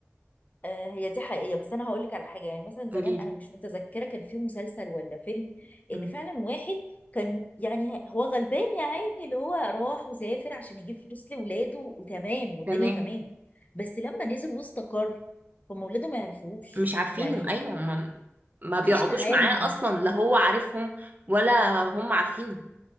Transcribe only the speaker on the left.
آه، هي دي حقيقية بس انا هقول لك على حاجة يعني مثلا زمان
انا مش متذكرة كان في مسلسل ولا فيلم ان
فعلا واحد كان يعني هو غلبان يا عيني اللي هو راح وسافر عشان يجيب فلوس لاولاده وتمام والدنيا
تمام بس لما نزل واستقر هم اولاده ما يعرفوش
يعني
مفيش
تعامل